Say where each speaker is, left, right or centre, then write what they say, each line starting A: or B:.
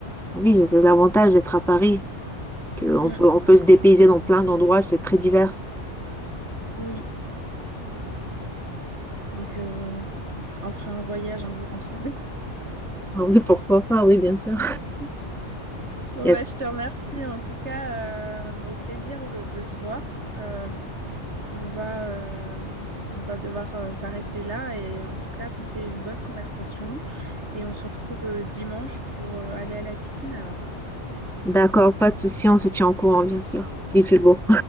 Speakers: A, in the centre; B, on the right.
A: Ah Oui, c'est l'avantage d'être à Paris, qu'on
B: Mm,
A: peut, on peut se dépayser dans plein d'endroits. C'est très divers.
B: oui, donc euh, on fera, on fera un voyage un jour ensemble.
A: Ah Oui, pourquoi pas, oui, bien sûr.
B: <laughs> Bon,
A: <laughs> y
B: bah,
A: a-
B: je te remercie en tout cas. euh, au plaisir euh, de se voir. Euh, on va, euh, on va devoir euh, s'arrêter là. Et en tout cas, c'était une bonne conversation. Et on se retrouve euh, dimanche pour euh, aller à la piscine alors.
A: D'accord, pas de souci, on se tient au courant, bien sûr, s'il fait beau.